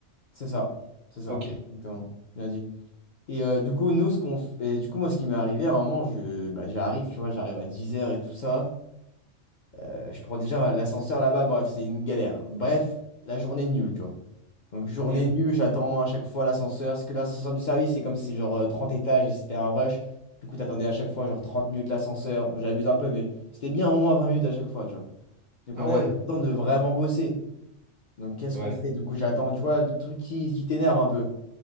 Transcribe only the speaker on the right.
Ok.
Hmm.
Ah
ouais,
ouais,